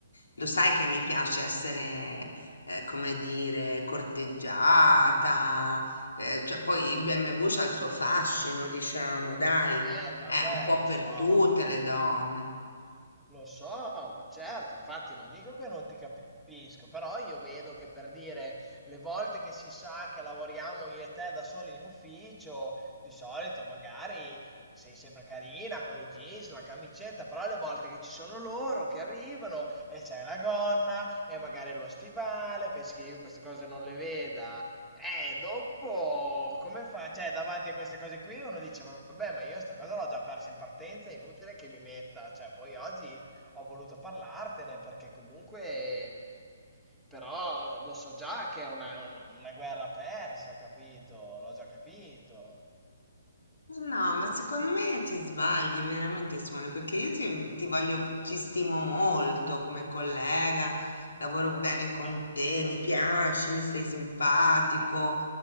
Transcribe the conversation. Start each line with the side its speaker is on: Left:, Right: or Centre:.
Left: lo sai che mi piace essere, eh, come dire, corteggiata. eh, cioè, poi il BMW c'ha il suo fascino, diciamo, dai.
Centre: Eh, vabbè,
Left: È un po'
Centre: lo
Left: per
Centre: so.
Left: tutte le donne.
Centre: Lo so, ma certo, infatti non dico che non ti capisco, però io vedo che per dire le volte che si sa che lavoriamo io e te da soli in ufficio, di solito magari sei sempre carina con i jeans, la camicetta, però le volte che ci sono loro che arrivano e c'è la gonna e magari lo stivale, pensi che io queste cose non le veda? Eh, dopo come fa? Cioè, davanti a queste cose qui uno dice, vabbè, ma io sta cosa l'ho già persa in partenza, è inutile che mi metta, cioè, poi oggi ho voluto parlartene perché comunque però lo so già che è una, una- una guerra persa, capito? L'ho già capito.
Left: No, ma secondo me ti sbagli veramente, Simone, perché io ti, ti voglio, ci stimo molto come collega, lavoro bene con
Centre: Eh,
Left: te, mi piaci, mi sei simpatico,